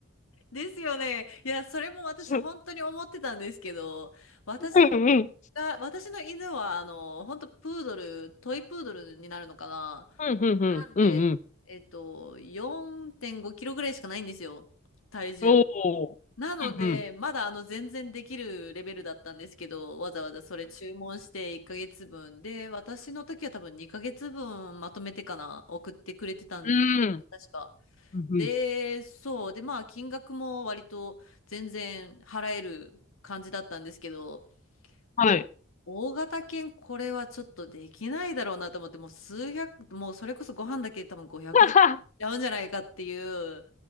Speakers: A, on the left; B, on the left.
A: ですよね。いや、それも私本当に思ってたんですけど、
B: <laughs>
A: 私も
B: うんうん。
A: が、私の犬はあの、本当プードル、トイプードルになるのかな
B: うん、うん、うん、
A: なんで、
B: うん、うん。
A: えっと、4.5キロぐらいしかないんですよ。体重も。
B: おー。
A: なので、
B: うん、うん、
A: まだあの全然できるレベルだったんですけど、わざわざそれ注文して1ヶ月分で、私の時は多分2ヶ月分まとめてかな、送ってくれてたん確か。
B: うん、うん、うん、うん。うん
A: で、そう。で、まあ金額も割と全然払える感じだったんですけど、
B: はい。
A: いや大型犬、これはちょっとできないだろうなと思って、もう数百、もうそれこそご飯だけで多分500ドルいっちゃうんじゃないかっていう。
B: <laughs>